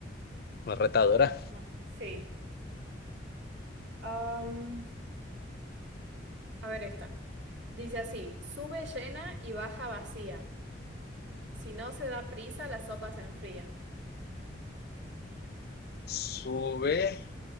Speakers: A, on the left; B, on the right.
A: Más retadora.
B: más, más. Sí. Am, a ver esta. Dice así, sube llena y baja vacía. Si no se da prisa, la sopa se enfría.
A: Sube